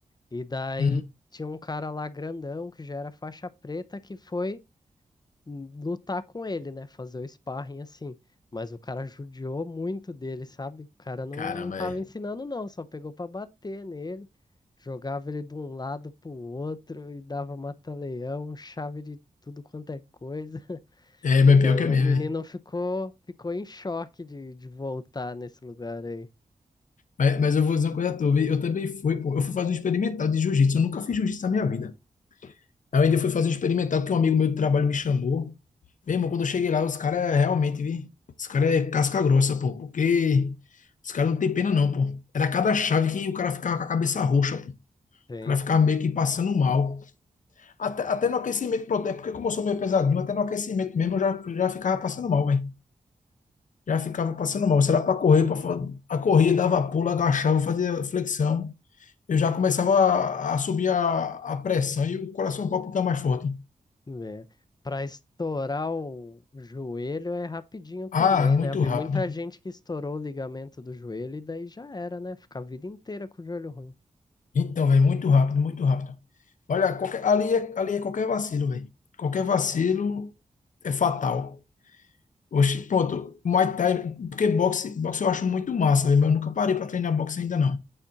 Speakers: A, on the left; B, on the left.
A: E daí
B: Uhum.
A: tinha um cara lá grandão que já era faixa preta que foi hum, lutar com ele, né? Fazer o sparring assim. Mas o cara judiou muito dele, sabe? O cara não,
B: Caramba,
A: não tava
B: é.
A: ensinando, não, só pegou pra bater nele, jogava ele de um lado pro outro e dava mata-leão, chave de tudo quanto é coisa. <laughs>
B: É, mas
A: E daí
B: pior que é mesmo,
A: o menino
B: é.
A: ficou, ficou em choque de, de voltar nesse lugar aí.
B: Mas, mas eu vou dizer uma coisa a tu, viu? eu também fui, pô. Eu fui fazer um experimental de jiu-jitsu. Eu nunca fiz jiu-jitsu na minha vida. Aí Eu ainda fui fazer um experimental que um amigo meu do trabalho me chamou. Meu irmão, quando eu cheguei lá, os caras realmente, vi? Os caras é casca grossa, pô. Porque os caras não tem pena, não, pô. Era cada chave que o cara ficava com a cabeça roxa, pô. O
A: Sim.
B: cara ficava meio que passando mal. Até, até no aquecimento, pronto, é porque como eu sou meio pesadinho, até no aquecimento mesmo eu já, já ficava passando mal, velho. Já ficava passando mal. Será para correr, pra, fa- a corrida dava pulo, agachava, fazia flexão. Eu já começava a, a subir a, a pressão e o coração palpitar mais forte.
A: né, Para estourar o joelho é rapidinho também,
B: Ah, muito
A: né? Eu Vi
B: rápido.
A: muita gente que estourou o ligamento do joelho e daí já era, né? Fica a vida inteira com o joelho ruim.
B: Então, velho, muito rápido, muito rápido. Olha, qualquer- ali é, ali é qualquer vacilo, velho. Qualquer vacilo é fatal. Oxi, pronto, Muay Thai, porque boxe, boxe eu acho muito massa, né? mas eu nunca parei para treinar boxe ainda não.